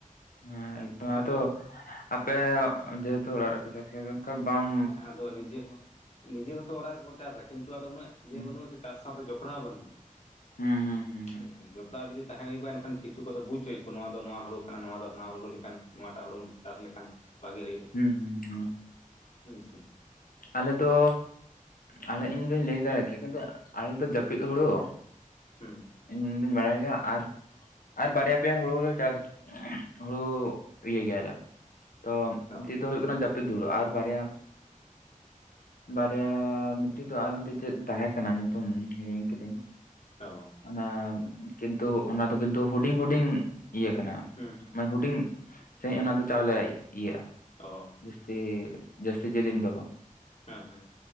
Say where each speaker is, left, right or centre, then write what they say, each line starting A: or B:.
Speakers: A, on the left (about 85°); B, on the left (about 50°).
A: ᱦᱮᱸ ᱮᱠᱫᱚᱢ
B: ᱦᱮᱸ
A: ᱟᱫᱚ
B: ᱥᱮ ᱵᱟᱝ
A: ᱟᱯᱮ ᱡᱮᱦᱮᱛᱩ ᱚᱲᱟᱜ ᱨᱮᱯᱮ ᱪᱟᱥ ᱠᱮᱫᱟ ᱚᱱᱠᱟ ᱵᱟᱢ
B: ᱦᱮᱸ ᱟᱫᱚ ᱱᱤᱡᱮ ᱦᱚᱸ ᱱᱤᱡᱮ ᱦᱚᱸᱛᱚ ᱚᱲᱟᱜ ᱨᱮᱠᱚ ᱪᱟᱥᱟ ᱠᱤᱱᱛᱩ ᱟᱫᱚ ᱩᱱᱟᱹᱜᱤᱭᱟᱹ
A: ᱦᱩᱸ
B: ᱵᱟᱹᱱᱩᱜᱼᱟ ᱥᱮ ᱪᱟᱥ ᱥᱟᱶᱛᱮ ᱡᱚᱯᱲᱟᱣ ᱵᱟᱹᱱᱩᱧᱟ
A: ᱦᱩᱸ ᱦᱩᱸ ᱦᱩᱸ
B: ᱦᱚᱭ ᱡᱚᱯᱲᱟᱣ ᱡᱩᱫᱤ ᱛᱟᱦᱮᱸ ᱦᱩᱭ ᱠᱚᱜᱼᱟ ᱮᱱᱠᱷᱟᱱ ᱠᱤᱪᱷᱩ ᱠᱚᱫᱚ ᱵᱩᱡᱷ ᱦᱩᱭ ᱠᱚᱜ-ᱟ ᱱᱚᱶᱟ ᱫᱚ ᱱᱚᱶᱟ ᱦᱩᱲ ᱠᱟᱱᱟ ᱱᱚᱣᱟ ᱫᱚ ᱦᱟᱱᱟ ᱦᱩᱲᱩ ᱞᱮᱠᱟᱱ ᱱᱚᱣᱟᱴᱟᱜ ᱦᱩᱲᱩᱢ ᱪᱟᱥ ᱞᱮᱠᱷᱟᱱ ᱵᱷᱟᱜᱮ ᱦᱩᱭᱩᱜᱼᱟ
A: ᱦᱩᱸ ᱦᱩᱸ ᱦᱩᱸ
B: ᱦᱩᱸ ᱥᱮ
A: ᱟᱞᱮ ᱫᱚ ᱟᱞᱮ ᱤᱧᱫᱩᱧ ᱞᱟᱹᱭ ᱫᱟ ᱠᱮᱭᱟ ᱠᱤᱱᱛᱩ ᱟᱞᱮ ᱫᱚ ᱡᱟᱹᱯᱤᱫ
B: ᱦᱩᱸ
A: ᱦᱩᱲᱩ
B: ᱦᱩᱸ
A: ᱤᱧ ᱫᱩᱧ ᱵᱟᱲᱟᱭ ᱜᱮᱭᱟ ᱟᱨ ᱟᱨ ᱵᱟᱨᱭᱟ ᱯᱮᱭᱟ ᱦᱩᱲᱩ ᱞᱮ ᱪᱟᱥ ᱦᱩᱲᱩ ᱤᱭᱟᱹᱭ ᱜᱮᱭᱟᱞᱮ ᱛᱚ ᱢᱤᱫ
B: ᱚ
A: ᱴᱤᱡ ᱫᱚ ᱦᱩᱭᱩᱜ ᱠᱟᱱᱟ ᱡᱟᱹᱯᱤᱫ ᱦᱩᱲᱩ ᱟᱨ ᱵᱟᱨᱭᱟ ᱵᱟᱨᱭᱟ ᱢᱤᱫ ᱴᱤᱡ ᱫᱚ ᱟᱨ ᱢᱤᱫᱴᱤᱡ ᱪᱮᱫ ᱛᱟᱦᱮᱸᱠᱟᱱᱟ? ᱧᱩᱛᱩᱢ ᱦᱤᱲᱤᱧ ᱠᱤᱫᱟᱹᱧ
B: ᱚᱻᱻ
A: ᱚᱱᱟ ᱠᱤᱱᱛᱩ ᱚᱱᱟ ᱫᱚ ᱠᱤᱱᱛᱩ ᱦᱩᱰᱤᱧ ᱦᱩᱰᱤᱧ ᱤᱭᱟᱹ ᱠᱟᱱᱟ
B: ᱦᱩᱸ ᱦᱩᱸ
A: ᱢᱟᱱᱮ ᱦᱩᱰᱤᱧ ᱥᱟᱺᱦᱤᱡ ᱚᱱᱟ ᱫᱚ ᱪᱟᱣᱞᱮ ᱤᱭᱟᱹᱜᱼᱟ
B: ᱚᱻ
A: ᱡᱟᱹᱥᱛᱤ ᱡᱟᱹᱥᱛᱤ ᱡᱮᱞᱮᱧ ᱫᱚ ᱵᱟᱝ
B: ᱦᱮᱸ ᱦᱮᱸ